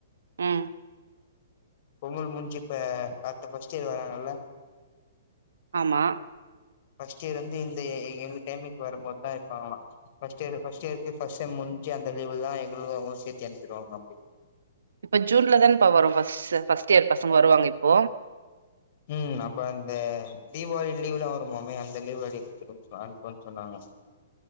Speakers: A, on the right; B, on the left.
A: ம்
B: பொம்மல் முஞ்சு இப்ப அத்த ஃபர்ஸ்ட் இயர் வராங்கல்ல
A: ஆமா
B: ஃபஸ்ட் இயர் வந்து இந்த எங்க டைமி்ங்க்கு வரும்போதுதா இருப்பாங்களா ஃபஸ்ட் இயர் ஃபஸ்ட் இயர்க்கே ஃபர்ஸ்ட் செம் முடிஞ்சு அந்த லீவுல தா எங்களுக்கு அவுங்குளுக்கு சேர்த்தி அனுப்பிடுவாங்க அப்டி
A: இப்ப ஜூன்ல தான்ப்பா வரும் ஃபர்ஸ்ட் இயர் பசங்க வருவாங்க இப்போ
B: ம் அப்ப அந்த தீபாவளி லீவுலா வருமாமே அந்த லீவு அடி குடுத்துடு <unintelligible> சொன்னாங்க